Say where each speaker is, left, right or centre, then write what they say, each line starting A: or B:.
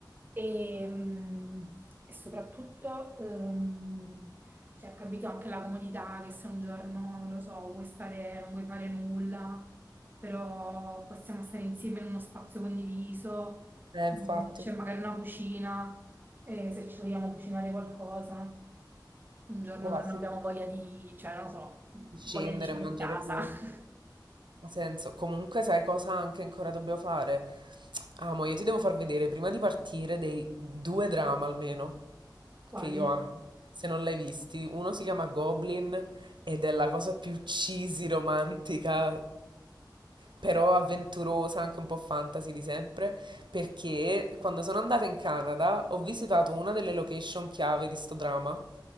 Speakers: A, on the right; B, on the right.
A: e, mm, e soprattutto ehm, cioè, capito anche la comodità che se un giorno, non lo so, vuoi stare, non vuoi fare nulla, però possiamo stare insieme in uno spazio condiviso,
B: Eh, infatti.
A: mm, c'è magari una cucina, eh, se ci vogliamo cucinare qualcosa, un giorno
B: Ma
A: che
B: sì,
A: non abbiamo voglia di, cioè, non lo so, voglia
B: di scendere
A: di cibo
B: e mangiare
A: di casa.
B: fuori.
A: <laughs>
B: Ha senso. Comunque, sai cosa anche ancora dobbiamo fare? Amo, io ti devo far vedere prima di partire dei due drama almeno.
A: Quali?
B: che io amo. Se non l'hai visti, uno si chiama Goblin ed è la cosa più cheesy, romantica, però avventurosa, anche un po' fantasy di sempre, perché quando sono andata in Canada ho visitato una delle location chiave di sto dramma.